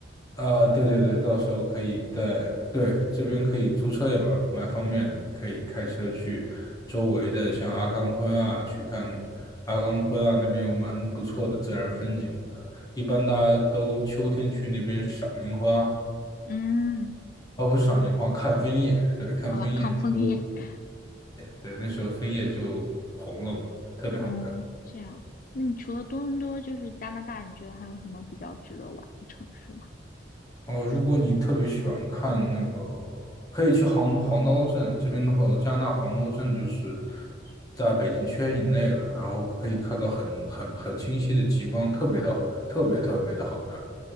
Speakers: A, on the left; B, on the left.
A: 啊，对对对，到时候可以在，对，这边可以租车也蛮蛮方便的，你可以开车去周围的像阿康昆啊，去看阿康昆啊，那边有蛮不错的自然风景的。一般大家都秋天去那边赏樱花，
B: 嗯，
A: 哦，不是赏樱花，看枫叶，对，看枫叶，
B: 哦，抗枫叶，
A: 那时候，
B: <laughs>
A: 对，那时候枫叶就红了嘛，特别好看。
B: 嗯，这样。那你除了多伦多，就是加拿大，你觉得还有什么比较值得玩的城市吗？
A: 哦，如果你特别喜欢看那个，可以去黄黄刀镇这边的话，加拿大黄刀镇就是在北京圈以内了，然后可以看到很很很清晰的极光，特别的特别特别的好看。